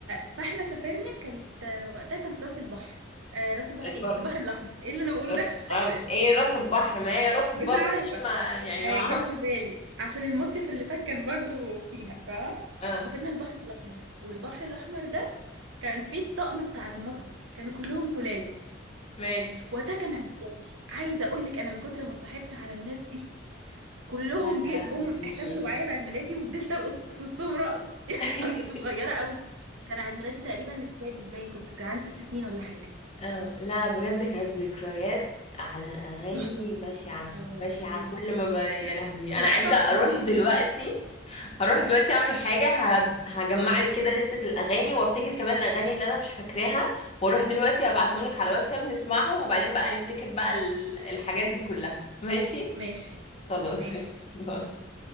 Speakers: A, on the right; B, on the left.
A: فاحنا سافرنا كانت وقتها كان في راس البحر آه راس البحر
B: البر
A: ايه في البحر الاحمر ايه اللي انا بقوله
B: راس
A: ده <laughs>
B: أم ايه راس البحر ما هي راس البر
A: مش عارفه
B: يا اما يعني
A: آه
B: ما اعرفش
A: جت في بالي عشان المصيف اللي فات كان برضو فيها فاهمه
B: اه
A: سافرنا البحر الاحمر والبحر الاحمر ده كان فيه الطقم بتاع المطعم كانوا كلهم ولاد
B: ماشي
A: وقتها كان عيد ميلادي عايزه اقول لك انا من كتر ما اتصاحبت على الناس دي كلهم
B: يا
A: جه-
B: لهوي
A: جم احتفلوا معايا بعيد ميلادي وفضلت ارقص وسطهم رقص <laughs> يعني
B: <laughs>
A: انا كنت صغيره قوي كان عيد ميلادي تقريبا السادس باين كنت كان عندي ست سنين ولا حاجه
B: اه لا بجد كانت ذكريات على الاغاني
A: تحفه
B: بشعه
A: اه والله
B: بشعه
A: العظيم
B: كل ما ب... يا لهوي
A: لا
B: انا عايزه
A: تحفه
B: اروح
A: سيبك
B: دلوقتي
A: انتي
B: هروح دلوقتي اعمل حاجة هب- هجمع لك كده لستة الاغاني وافتكر كمان الاغاني اللي انا مش فاكراها واروح دلوقتي ابعتهم لك على واتساب نسمعهم وبعدين بقى نفتكر بقى ال- الحاجات دي كلها ماشي
A: ماشي
B: خلاص
A: ماشي
B: <laughs> ماشي باي